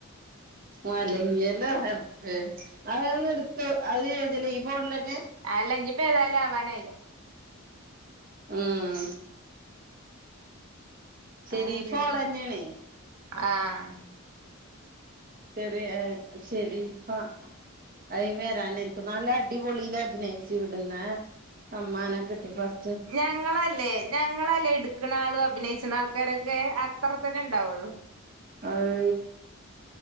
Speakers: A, on the right (about 40°); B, on the right (about 85°).
A: മലങ്ങിയല്ല റബ്ബേ അതൊന്ന് ഇട് അത് ചെയ്തിലാ ഈ ഫോണിലന്നെ
B: അല്ലഞ്ഞിപ്പ ഏതായാലും ആവാനായിലെ
A: ഉം ശെരീ
B: ആ പിന്നെ
A: ഫോളന്നെണേ
B: ആഹ്
A: ശെരിയാ ഷെരീഫാ അയി വരാനിരിക്ക നല്ല അടിപൊളിയില് അഭിനയിച്ച് വിടുന്ന സമ്മാനൊക്കെട്ടി ഫസ്
B: ഞങ്ങളല്ലേ ഞങ്ങളല്ലേ ഇടുക്കണ ആളും അഭിനയിച്ചണ ആൾക്കാരൊക്കെ അത്ര തന്നെണ്ടാവൊള്ളു
A: അത്